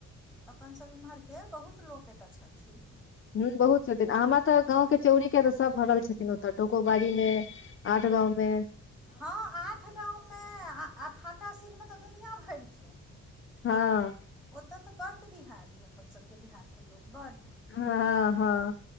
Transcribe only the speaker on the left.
ह बहुत छथिन आ हमरा तऽ गाँंव के चौरी के तऽ सब भरल छथिन ओतऽ टोकोबाड़ी मे आठ गाँवमे
हँ
हँ हँ